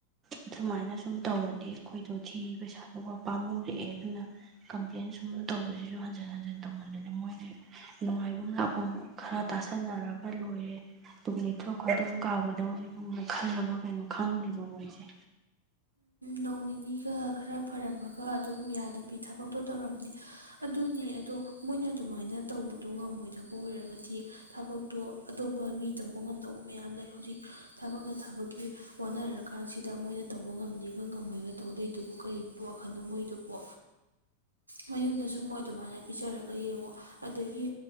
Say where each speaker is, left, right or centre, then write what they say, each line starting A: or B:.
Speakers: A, on the right (about 25°); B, on the right (about 85°).
A: ꯑꯗꯨꯃꯥꯏꯅ ꯁꯨꯝ ꯇꯧꯔꯗꯤ ꯑꯩꯈꯣꯏꯗꯣ ꯊꯤ ꯄꯩꯁꯥꯗꯨꯒ ꯄꯥꯝꯃꯨꯔꯛꯑꯦ ꯑꯗꯨꯅ ꯀꯝꯄ꯭ꯂꯦꯟ ꯁꯨꯝ ꯇꯧꯕꯁꯤꯁꯨ ꯍꯟꯖꯤꯟ ꯍꯟꯖꯤꯟ ꯇꯧꯃꯟꯗꯅ ꯃꯣꯏꯁ ꯅꯨꯡꯉꯥꯏꯐꯝ ꯂꯥꯛꯄ ꯈꯔ ꯇꯥꯁꯟꯅꯔꯒ ꯂꯣꯏꯔꯦ ꯇꯨꯡ ꯂꯩꯩꯊꯣꯛ ꯈꯣꯠꯇꯣꯛ ꯀꯥꯎꯒꯗꯕꯅꯤꯒꯨꯝꯅ ꯈꯜꯂꯕ ꯀꯩꯅꯣ ꯈꯪꯗꯦꯕ ꯃꯣꯏꯁꯦ
B: ꯅꯣꯡ ꯅꯤꯅꯤꯒ ꯈꯔ ꯐꯔꯝꯃꯒ ꯑꯗꯨꯝ ꯌꯥꯗꯕꯤ ꯊꯕꯛꯇꯣ ꯇꯧꯔꯝꯅꯤ ꯑꯗꯨꯅꯦ ꯑꯗꯣ ꯃꯣꯏꯅ ꯑꯗꯨꯃꯥꯏꯅ ꯇꯧꯕꯗꯣ ꯉꯝꯃꯣꯏꯗꯕ ꯑꯣꯏꯔꯒꯗꯤ ꯊꯕꯛꯇꯣ ꯑꯇꯣꯞꯄ ꯃꯤ ꯇꯧꯕ ꯉꯝꯗꯧꯕ ꯃꯌꯥꯝ ꯂꯩ ꯍꯧꯖꯤꯛ ꯊꯕꯛꯅ ꯊꯕꯒꯤ ꯋꯥꯅꯔꯀꯥꯟꯁꯤꯗ ꯃꯣꯏꯅ ꯇꯧꯕ ꯉꯝꯅꯤꯒ ꯉꯝꯃꯣꯏꯒ ꯇꯧꯗꯣꯏꯗꯨꯕꯨ ꯀꯔꯤ ꯄꯣ ꯋꯥꯈꯜꯅꯣ ꯃꯣꯏꯗꯨꯕꯨ ꯃꯌꯨꯝꯗꯁꯨ ꯃꯣꯏ ꯑꯗꯨꯃꯥꯏꯅ ꯄꯤꯖꯔꯒ ꯌꯦꯡꯉꯣ ꯑꯗꯒꯤ